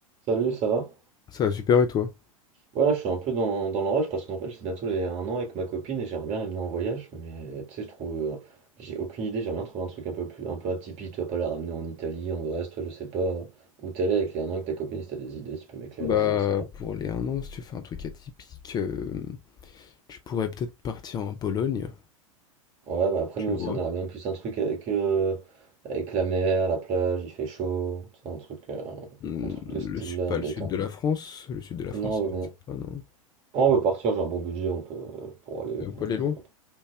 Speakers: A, on the right; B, on the left.
A: Salut, ça va?
B: Ça va super et toi?
A: Voilà, je suis un peu dans, dans le parce qu'en fait, c'est bientôt les un an avec ma copine et j'aimerais bien l'amener en voyage, mais tu sais, je trouve. euh, j'ai aucune idée, j'aimerais bien trouver un truc un peu plus un peu atypique, tu vas pas la ramener en Italie, en Grèce, toi, je sais pas où t'es allé avec les un an avec ta copine, si t'as des idées, si tu peux m'éclairer,
B: Bah,
A: ce serait sympa.
B: pour les un an, si tu fais un truc atypique, hem, tu pourrais peut-être partir en Pologne,
A: Ouais, bah après,
B: tu
A: nous aussi,
B: vois?
A: on aimerait bien plus un truc avec, euh, avec la mer, la plage, il fait chaud, tu sais, un truc, euh,
B: Mmh,
A: un truc de style
B: le sud
A: là,
B: pas
A: détente.
B: le sud de la France, le sud de la
A: Non,
B: France peut-être
A: mais bon.
B: pas, non?
A: On veut partir, j'ai un bon budget, on peut euh, pour aller.
B: Elle peut
A: on
B: aller
A: peut-
B: loin?
A: ouais,